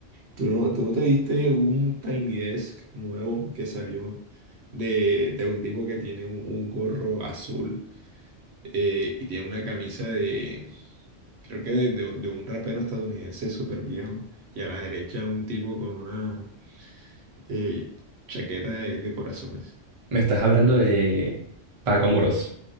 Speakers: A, on the right (about 65°); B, on the right (about 40°).
A: ¿Tú no, tú no te viste un Tiny Desk nuevo que salió de, de un tipo que tiene un, un gorro azul eh, y tiene una camisa de, creo que de, de- de un rapero estadounidense súper viejo y a la derecha un tipo con una eh, chaqueta de, de corazones?
B: Me estás hablando de Paco Amoroso.